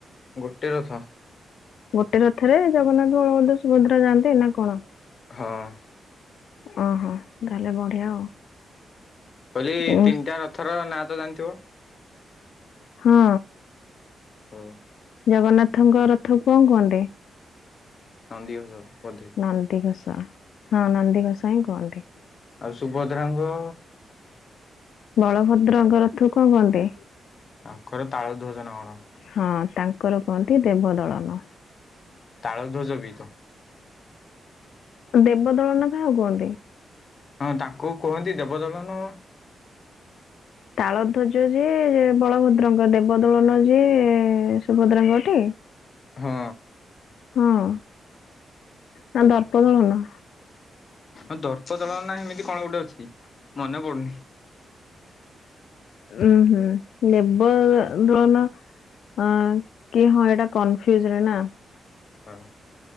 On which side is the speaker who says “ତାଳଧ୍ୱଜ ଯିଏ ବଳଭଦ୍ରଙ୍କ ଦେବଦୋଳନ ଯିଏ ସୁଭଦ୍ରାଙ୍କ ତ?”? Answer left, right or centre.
Left